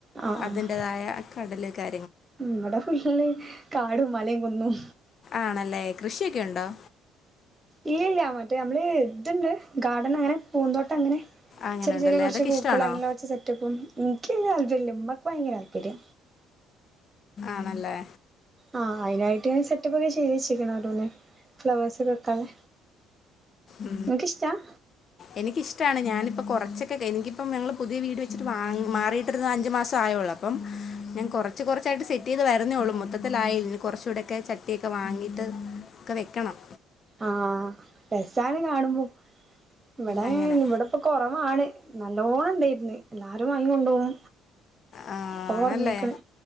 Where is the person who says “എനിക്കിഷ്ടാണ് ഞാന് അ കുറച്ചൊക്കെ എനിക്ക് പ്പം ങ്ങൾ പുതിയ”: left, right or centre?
Left